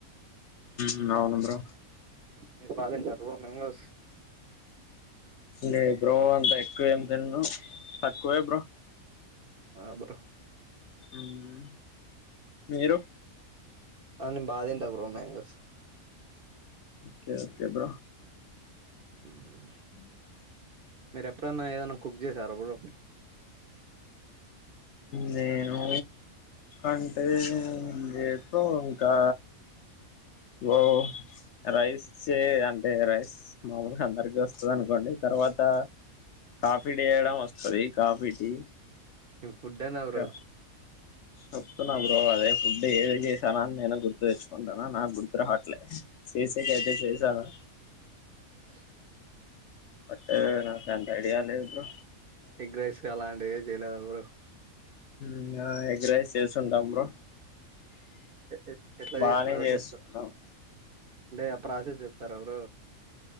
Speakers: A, on the left; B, on the right.
A: ఉమ్ అవును బ్రో.
B: మీరు బాగతింటారా బ్రో మ్యాంగోస్.
A: లేదు బ్రో అంత ఎక్కువేం తింన్ను తక్కువే బ్రో.
B: ఆ బ్రో
A: మ్మ్ మీరు
B: ఆ నేన్ బా తింటా bro mangoes
A: okay okay bro
B: ఉమ్.
A: ఉమ్.
B: మీరు ఎప్పుడన్నా ఏదన్నా కుక్ చేసార బ్రో.
A: నేనూ అంటే లేదు బ్రో ఇంకా. బ్రో రెస్సే అంటే రైస్ మామూలుగా అందరికి వస్తది అనుకోండి. తర్వాత కాఫీ చేయడం వస్తది కాఫీ టీ.
B: నేను ఫుడ్ అనా బ్రో
A: క వాత్తునా బ్రో. అదే ఫుడ్ ఏదేధ్ చేశానా అని నేను గుర్తు తెచ్చుకుంటునాను నాకు గుర్తు రావట్లే చేసేక అయితే చేశాను.
B: ఆహ్.
A: అంటే నాకు అంత ఐడియా లేదు బ్రో.
B: ఎగ్ రైస్ గా అలాంటివి ఏవి చేయలేద బ్రో.
A: ఇంకా ఎగ్ రైస్ చేసుంటాం బ్రో.
B: ఏం ఎట్లా
A: బానే
B: చేశ్నవో
A: చేస్తున్నాం
B: చెప్పు అంటే. ప్రాసెస్ చెప్తార బ్రో.